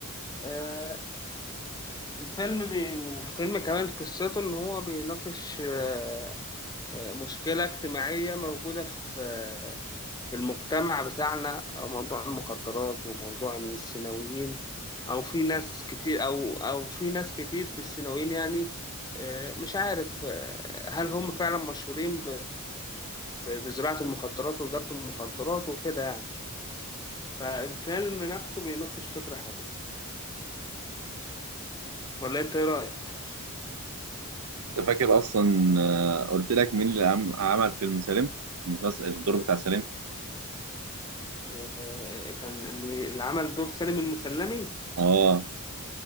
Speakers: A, on the left; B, on the right.
A: آه الفيلم بي... الفيلم كمان قصته إن هو بيناقش آه آه، مشكلة اجتماعية موجودة في آه في المجتمع بتاعنا موضوع المخدرات وموضوع إن الثانويين أو في ناس كتير أو أو في ناس كتير في الثانويين يعني آه، مش عارف آه، هل هم فعلا مشهورين ب- بزراعة المخدرات وتجارة المخدرات وكده يعني فالفيلم نفسه بيناقش فكرة حلوة ولا أنت إيه رأيك؟
B: انت فاكر اصلا آه، قلت لك مين اللي عم- عمل فيلم سالم المسلسل الدور بتاع سالم
A: آه، كان اللي اللي عمل دور سالم المسلمي
B: اه